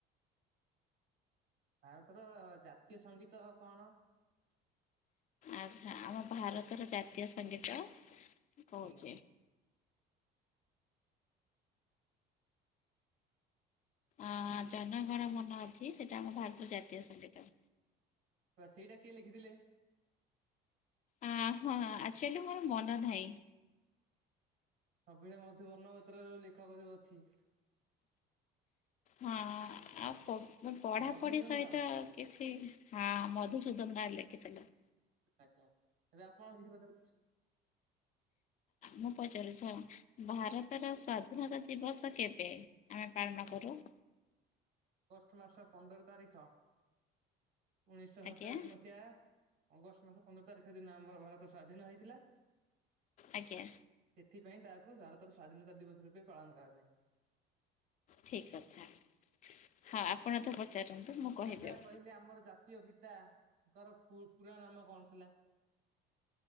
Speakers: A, on the right; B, on the left.
A: ଭାରତର ଜାତୀୟ ସଙ୍ଗୀତ କଣ?
B: ଆଚ୍ଛା ଆମ ଭାରତର ଜାତୀୟ ସଙ୍ଗୀତ କହୁଛି।
A: ଆଜ୍ଞା
B: ଆ ଜନଗଣ ମନ ଅଧି, ସେଇଟା ଆମ ଭାରତର ଜାତୀୟ ସଙ୍ଗୀତ।
A: ସେଇଟା କିଏ ଲେଖିଥିଲେ?
B: ଆ ହଁ ଆଚୁଆଲି ମୋର ମନ ନାହିଁ।
A: ଛବିଳ ମଧୁ ବର୍ଣ୍ଣବୋଧ ର ଲେଖକ ଯୋଉ ଅଛି
B: ହଁ ଆଉ ମୁଁ ପଢାପଢି
A: ମଧୁସୂଦନ
B: ସହିତ
A: ରାଉ।
B: କିଛି ହଁ ମଧୁ ସୁଦନ ତାହା ଲେଖିଥିଲେ।
A: ଆଜ୍ଞା। ଏବେ ଆପଣ କିଛି ପଚାରନ୍ତୁ। <inaudible>
B: ମୁଁ ପଚାରୁଚି, ଭାରତର ସ୍ଵାଧୀନତା ଦିବସ କେବେ? ଆମେ ପାଳନ କରୁ।
A: ଅଗଷ୍ଟ ମାସ ପନ୍ଦର ତାରିଖ ଉଣେଇଶହ
B: ଆଜ୍ଞା
A: ସଡଚାଳିଶ ମସିହା ଅଗଷ୍ଟ ମାସ ପନ୍ଦର ତାରିଖ ଦିନ ଆମର ଭାରତ ସ୍ଵାଧୀନ ହେଇଥିଲା।
B: ଆଜ୍ଞା।
A: ସେଥିପାଇଁ ତାହାକୁ ଭାରତର ସ୍ୱାଧୀନତା ଦିବସ ରୂପେ ପାଳନ କରାଯାଏ।
B: ଠିକ୍ କଥା। ହଁ ଆପଣ ତ ପ ଚାରୁଚନ୍ତି ମୁଁ କହିବି
A: ଆଚ୍ଛା
B: ଆଉ
A: କହିଲେ ଆମର ଜାତୀୟ ପିତାଙ୍କର ଫୁଲ୍ ପୁରା ନାମ କଣ ଥିଲା?